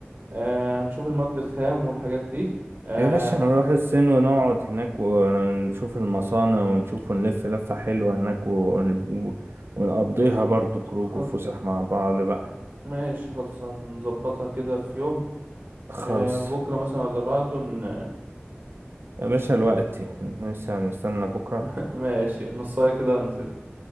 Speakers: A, on the right; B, on the right.
A: آه هنشوف المواد الخام والحاجات دي آه
B: يا باشا نروح الصين ونقعد هناك ونشوف المصانع ونشوف ونلف لفة حلوة هناك ون- ونقضيها برضو خروج
A: خل...
B: وفسح مع بعض بقى
A: ماشي خلصان نظبطها كده في يوم
B: خلص
A: آه بكرة مثلا ولا بعده ن...
B: يا باشا الوقت لسه هنستنى بكرة
A: <laughs> ماشي نصاية كده ونزل